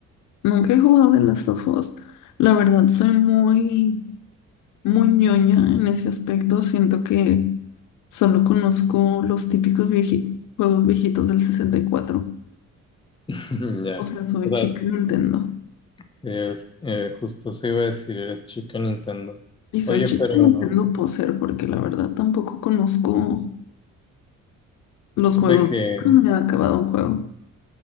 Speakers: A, on the left; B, on the left.
A: Nunca he jugado de las of Us. La verdad, soy muy, muy ñoña en ese aspecto. Siento que solo conozco los típicos vieji- juegos viejitos del 64.
B: <laughs> Ya.
A: O sea, soy
B: O
A: chica
B: sea,
A: Nintendo.
B: sí, es, eh, justo se iba a decir, eres chica Nintendo.
A: Y soy
B: Oye,
A: chica
B: pero
A: Nintendo poser porque la verdad tampoco conozco los juegos.
B: de qué.
A: Nunca Me ha acabado un juego.